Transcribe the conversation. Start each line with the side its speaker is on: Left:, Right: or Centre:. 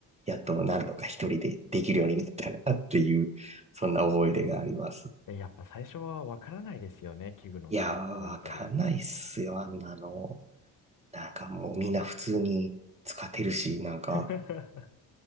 Right: やっとなんとか一人でできるようになったなっていう、そんな思い出があります。
Left: えやっぱ最初はわからないですよね。器具の使い方だったり。
Right: いやー、わかんないっすよ、あんなの。なんかもうみんな普通に使ってるし、なんか、
Left: <laughs>